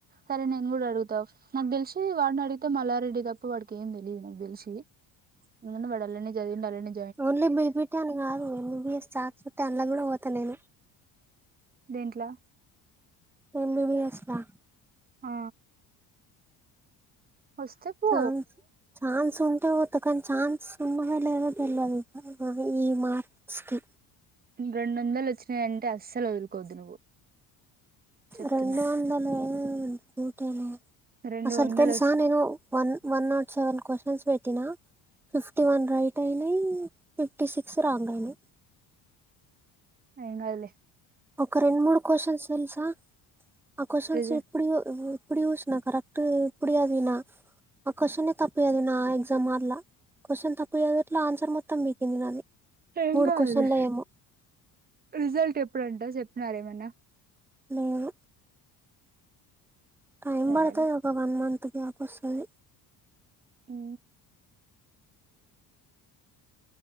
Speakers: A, on the right; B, in the centre.
A: సరే నేన్ కూడా అడుగుతా నాక్ తెలిసి వాడ్ నడిగితే మల్లారెడ్డి తప్ప వాడికి ఏం తెలీదు నాక్ తెలిసి ముందు వాడ్ అండ్లనే జదివిండు అండ్లనే
B: ఓన్లీ బిబిట్ అన్నారు ఎం బి. బి ఎస్ చాన్సుంటే అండ్ల గూడ పోత నేను
A: దేంట్ల
B: ఏం. బి. బి. ఎస్స్లా
A: ఆ వస్తే పో
B: ఛాన్స్ ఛాన్స్ ఉంటే వోతకాని ఛాన్స్ ఉన్నదో లేదో తెల్వదు ఆ ఈ మార్క్స్ కి
A: రెండొందలు వచ్చినాయంటే అస్సల్ వదులుకోవద్దు నువ్వు చెప్తున్నా
B: రెండు వందలు <unintelligible>
A: రెండు
B: అసల్
A: వందలు
B: తెలుసా
A: వస్
B: నేను one one not seven questions పెట్టినా ఫిఫ్టీ వన్ రైట్ అయినయ్ ఫిఫ్టీ సిక్స్ రాంగ్ అయినయ్
A: ఎం గాదులే
B: ఒక రెండు మూడు క్వశ్చన్స్ తెలుసా ఆ క్వశ్చన్స్
A: రిజల్ట్
B: ఇప్పుడు ఉ ఇప్పుడు చూసిన కరెక్ట్ ఇప్పుడు చదివిన ఆ క్వశ్చన్నే తప్పు చదివిన ఆ ఎగ్జామ్ హాల్ ల క్వశ్చన్ తప్పు చదువుట్ల ఆన్సర్ మొత్తం పీకింది నాది
A: ఏం
B: మూడు
A: గాదులే
B: క్వశ్చన్లో ఏమో
A: రిజల్ట్ ఎప్పుడంట జెప్పినార ఏమన్నా
B: లేవు టైమ్
A: సరేలే
B: పడతది ఒక వన్ మంత్ గ్యాప్ వస్తది.
A: ఊ